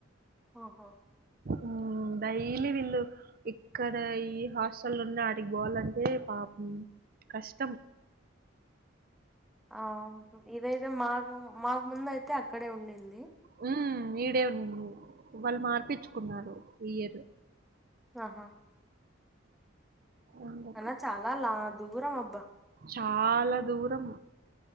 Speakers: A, in the centre; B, on the right.
A: ఓహో
B: ఉ డైలీ విల్లు ఇక్కడ ఈ హాస్టల్ నుం ఆడికి పోవాలంటే పాపం కష్టం.
A: ఆం ఇదైతే మాకు మాకు ముంద అయితే అక్కడే ఉండింది.
B: ఉమ్మ్ ఈడే ఉంది వాళ్ళు మార్పిచ్చుకున్నారు ఈ ఇయర్.
A: ఆహా
B: అందుకు
A: అనా చాలా లా దూరం అబ్బా.
B: చాలా దూరం.